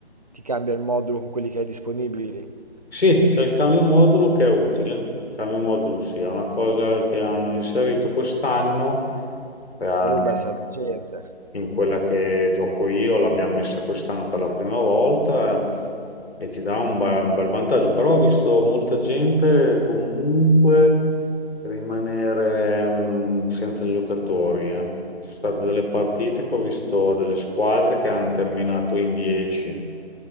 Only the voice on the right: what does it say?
ti cambia il modulo con quelli che hai disponibili.
Quello è un bel salvagente.